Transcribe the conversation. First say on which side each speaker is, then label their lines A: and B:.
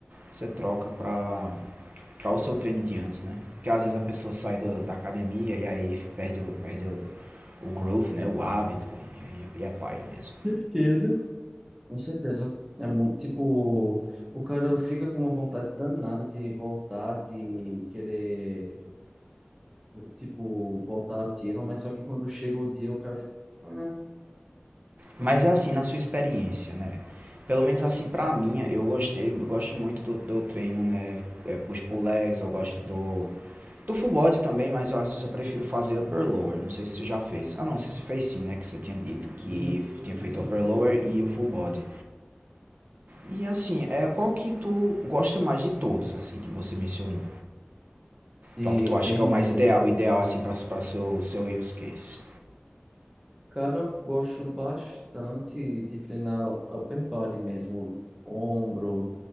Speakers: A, on the right; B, on the right.
A: você troca pra, para o seu treino de antes, né? Porque às vezes a pessoa sai do, da academia e aí perde o, perde o, o groove, né? O hábito e, aí é paia mesmo.
B: <laughs> Com certeza. É muito, tipo, o cara fica com uma vontade danada de voltar, de querer, vo- tipo, voltar ativa, mas só que quando chega o dia, o cara fica, ah,
A: Mas é assim, na sua experiência, né? Pelo menos assim pra mim, eu gostei, eu gosto muito do, do treino, né? É, push pull legs, eu gosto do do full body também, mas eu às vezes eu prefiro fazer upper lower. Não sei se você já fez. Ah, não, se você fez sim, né? Que você tinha dito que
B: uhum,
A: tinha
B: isso.
A: feito upper lower e o full body. E assim, é qual que tu gosta mais de todos, assim, que você mencionou?
B: De
A: Qual que tu acha
B: treino,
A: que é o
B: em
A: mais
B: ge-
A: ideal, o ideal assim para para seu seu use case?
B: cara, eu gosto bastante de treinar upper body mesmo, ombro,